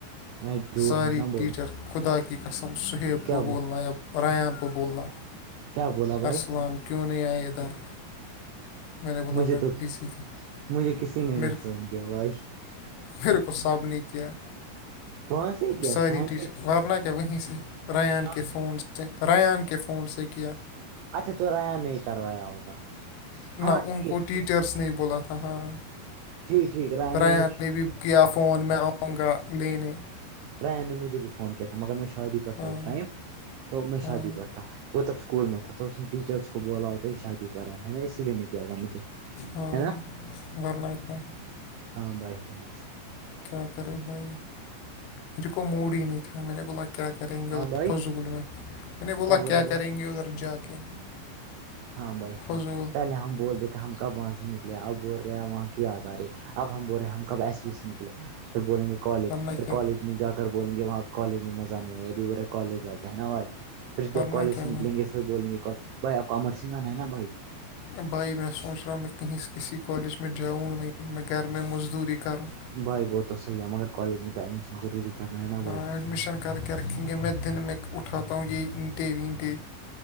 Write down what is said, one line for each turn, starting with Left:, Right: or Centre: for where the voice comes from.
Right: میں جھوٹ
Left: ساری
Right: مت نہ بولو
Left: ٹیچر خدا کی قسم سہیب
Right: کیا
Left: قبول نائیب ریان کو بولنا
Right: کیا بولا بھائی
Left: ارسلان کیوں نہیں آئے ادھر میں نے بولا
Right: مجھے
Left: میں
Right: تو
Left: بزی تھا
Right: مجھے کسی نے نہیں
Left: میر
Right: فون کیا بھائی
Left: پھر کو سب نے کیا
Right: وہاں سے کیا
Left: ساری
Right: شام
Left: ٹیچر
Right: کے
Left: ن کہ وہیں سے
Right: شام
Left: ریان کے فون سے ریان کے فون سے کیا
Right: اچھا تو ریا نہیں کروایا ہوگا ہاں
Left: نہ
Right: ٹھیک
Left: ان کو
Right: ٹھیک
Left: ٹیچرس نے بولا تھا ہاں
Right: ٹھیک ٹھیک
Left: ریان
Right: مجھے
Left: نے بھی کیا فون میں آؤوں گا لینے
Right: ریا نے مجھے بھی فون کیا تھا مگر میں شادی پر
Left: ہاں
Right: تھا اس ٹائم تو میں
Left: ہاں
Right: شادی پر تھا وہ تب اسکول میں تھا تو اس نے ٹیچرس کو بولا ہو ہی شادی کرا ہے ہےا اسی لیے نہیں کیا ہوا مجھے
Left: ہاں
Right: ہے نا
Left: گل کیا <inaudible>
Right: ہاں بھائی ہاں
Left: کیا کرے بھائی مج کو موڈ ہی نہیں تھا میں نے بولا کیا کریں گے
Right: ہاں
Left: ادھر
Right: بھائی
Left: فضول میں میں نے بولا
Right: بول
Left: کیا
Right: رہے ہو
Left: کریں گے ادھر جا کے
Right: ہاں بھائی
Left: فضول
Right: ہاں پہلے ہم بول دیتے ہم کب وہاں سے نکلے اب بول رہے ہیں وہاں کی یاد آ رہی ہے اب ہم بول رہے ہیں ہم کب ایسے ہی سے نکلے سر بولیں گے کالج
Left: ورنہ
Right: پھر
Left: کیا
Right: کالج میں جا کر بولیں گے وہاں ا کالج میں مزہ نہیں آ ہے ابھی برے کالج آتے ہیں نا بھائی پھر
Left: ورنہ
Right: جب کالج
Left: کیا
Right: سے
Left: بھائی
Right: نکلیں گے پھر بولیں گے کالج بھائی آپ کو امر سنگ آنا ہے نا بھائی
Left: بھائی میں سوچ رہا ہوں میں کہیں کسی کالج میں جاؤں نہیں میں گھر میں مزدوری کروں
Right: بھائی بہ تو صحیح ہے مگر کالج میں تو ایڈمشن ضروری کرنا ہے نا
Left: ہاں
Right: بھائی
Left: ایڈمیشن کر کے رکھیں گے میں دن میں اٹھاتا ہوں یہی اینٹے وینٹے